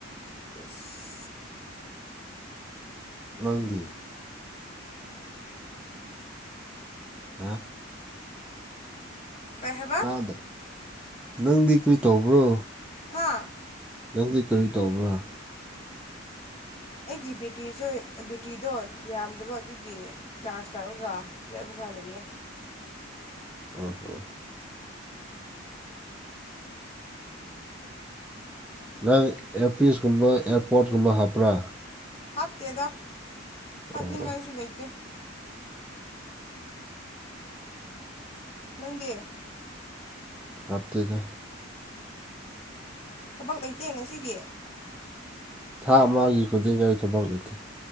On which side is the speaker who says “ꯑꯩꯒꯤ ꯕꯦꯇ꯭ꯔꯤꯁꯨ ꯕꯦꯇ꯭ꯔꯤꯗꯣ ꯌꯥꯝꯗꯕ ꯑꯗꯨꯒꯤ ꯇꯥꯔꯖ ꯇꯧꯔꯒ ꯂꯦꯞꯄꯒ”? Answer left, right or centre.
Left